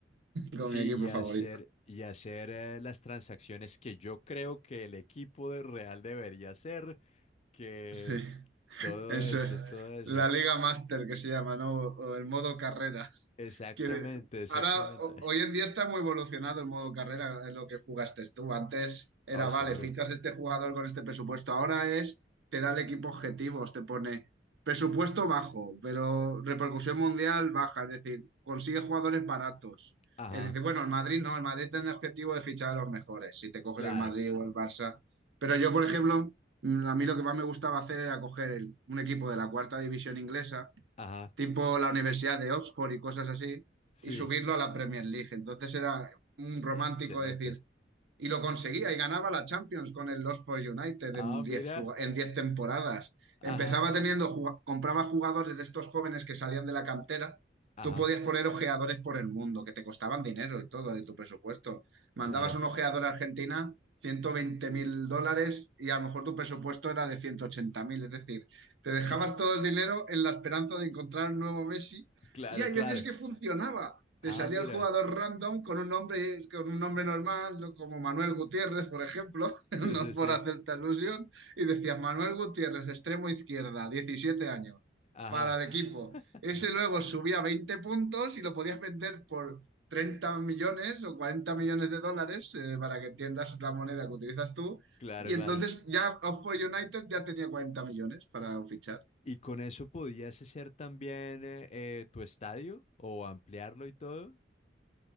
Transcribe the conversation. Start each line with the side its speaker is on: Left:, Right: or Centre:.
Right: con
Left: Sí,
Right: mi equipo
Left: y hacer,
Right: favorito.
Left: y hacer eh, las transacciones que yo creo que el equipo de Real debería hacer, que
Right: <laughs> Sí.
Left: todo
Right: Es
Left: eso,
Right: eh,
Left: todo eso.
Right: la Liga Master que se llama, ¿no? O, o el modo carrera.
Left: Exactamente,
Right: Quiere-
Left: exactamente.
Right: ahora, ho-
Left: <laughs>
Right: hoy en día está muy evolucionado el modo carrera, es lo que jugaste tú. Antes era,
Left: Oh, seguro.
Right: vale, fichas este jugador con este presupuesto. Ahora es, te da el equipo objetivos, te pone presupuesto bajo, pero repercusión mundial baja, es decir, consigue jugadores baratos.
Left: Ajá,
Right: Es decir, bueno, el Madrid no, el Madrid tiene el objetivo de fichar a los mejores, si te coges
Left: claro.
Right: el Madrid o el Barça. Pero yo, por ejemplo, Mm, A mí lo que más me gustaba hacer era coger el- un equipo de la cuarta división inglesa,
Left: Ajá,
Right: tipo la Universidad de Oxford y cosas así,
Left: sí.
Right: y subirlo a la Premier League. Entonces era un romántico
Left: Excelente.
Right: decir, y lo conseguía y ganaba la Champions con el Los for United
Left: Ah,
Right: en diez
Left: mira.
Right: ju- en 10 temporadas.
Left: Ajá,
Right: Empezaba teniendo, jug- compraba jugadores de estos jóvenes que salían de la cantera.
Left: ajá,
Right: Tú podías poner ojeadores por el mundo, que te costaban dinero y todo de tu presupuesto. Mandabas
Left: claro.
Right: un ojeador a Argentina, ciento veinte mil dólares, y a lo mejor tu presupuesto era de ciento ochenta mil. Es decir, te dejabas
Left: Sí,
Right: todo el dinero en la esperanza de encontrar un nuevo Messi.
Left: claro,
Right: Y hay
Left: claro.
Right: veces que funcionaba.
Left: Ah,
Right: Te salía
Left: mira.
Right: el jugador random con un nombre, con un nombre normal, ¿no? como Manuel Gutiérrez, por ejemplo,
Left: Sí,
Right: <laughs> no
Left: sí,
Right: por
Left: sí.
Right: hacerte alusión, y decía Manuel Gutiérrez, extremo izquierda, 17 años,
Left: Ajá.
Right: para el equipo.
Left: <laughs>
Right: Ese luego subía 20 puntos y lo podías vender por 30 millones o 40 millones de dólares, eh, para que entiendas la moneda que utilizas tú.
Left: Claro,
Right: Y
Left: claro.
Right: entonces ya Oxford United ya tenía 40 millones para fichar.
Left: ¿Y con eso podías hacer también eh, eh, tu estadio o ampliarlo y todo?